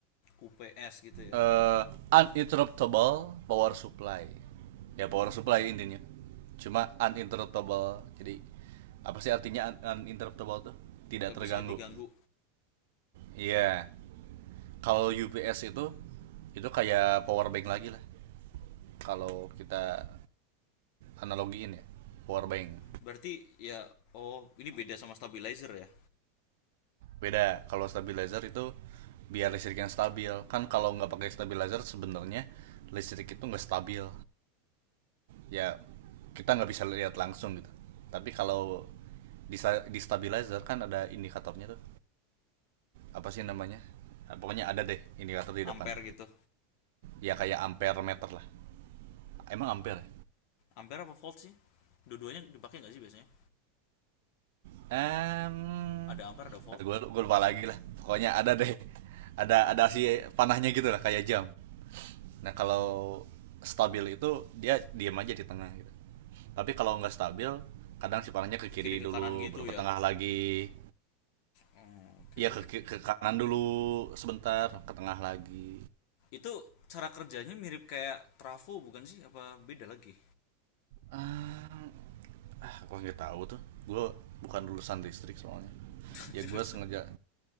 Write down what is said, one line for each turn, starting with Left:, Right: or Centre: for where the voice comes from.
Left: UPS gitu ya
Right: Eh uninterruptible power supply. Ya power supply intinya. Cuma uninterruptible. Jadi apa sih artinya un- uninterruptible tuh? Tidak
Left: nggak
Right: terganggu.
Left: bisa diganggu
Right: Iya. Yeah. Kalau UPS itu itu kayak power bank lagi lah. Kalau kita analogiin ya, power bank
Left: berarti ya oh ini beda sama stabilizer ya
Right: beda kalau stabilizer itu biar listrik yang stabil kan kalau nggak pakai stabilizer sebenarnya listrik itu nggak stabil ya kita nggak bisa lihat langsung gitu tapi kalau di, sta- di stabilizer kan ada indikatornya tuh apa sih namanya Ah, pokoknya ada deh indikator di
Left: ampere
Right: depan
Left: gitu
Right: ya kayak ampere meter lah emang ampere
Left: ampere apa volt sih dua-duanya dipakai nggak sih biasanya
Right: Um,
Left: ada ampere ada volt
Right: gue gue lupa lagi lah pokoknya ada deh ada ada si panahnya gitu lah kayak jam Nah kalau stabil itu dia diam aja di tengah gitu. Tapi kalau nggak stabil, kadang si parahnya ke
Left: ke
Right: kiri
Left: kiri ke
Right: dulu,
Left: kanan gitu
Right: baru ke
Left: ya
Right: tengah lagi.
Left: oh, oke
Right: Iya
Left: oke
Right: ke, ke kanan dulu sebentar, ke tengah lagi.
Left: Itu cara kerjanya mirip kayak trafo bukan sih? Apa beda lagi?
Right: Ah, ah, gua nggak tahu tuh. Gue bukan lulusan listrik soalnya.
Left: <laughs>
Right: Ya
Left: Jurusan.
Right: gue sengaja